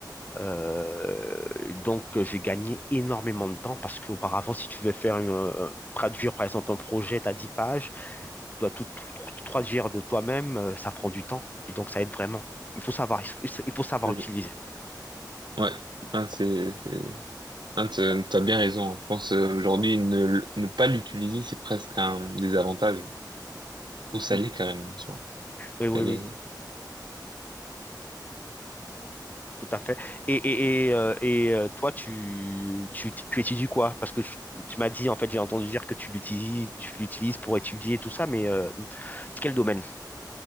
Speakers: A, on the left; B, on the right.
A: euh, donc, euh, j'ai gagné énormément de temps parce qu'auparavant, si tu veux faire une, euh, traduire par exemple un projet, t'as 10 pages, et tu dois tout, tout- tout traduire de toi-même, euh, ça prend du temps et donc ça aide vraiment. Il faut savoir, il faut il faut savoir
B: c'est
A: utiliser.
B: ça. ouais. Ah, c'est, c'est... Ah, t'as t'as bien raison. Je pense euh, aujourd'hui ne, l- ne pas l'utiliser, c'est presque un désavantage. Ou ça
A: Mm.
B: l'est carrément en soi.
A: Oui, oui,
B: Ça l'est.
A: oui, tout à fait. Et, et, et, euh, et, euh, toi, tu, tu, tu étudies quoi? Parce que tu, tu m'as dit, en fait, j'ai entendu dire que tu l'utilises, tu l'utilises pour étudier et tout ça, mais euh, quel domaine?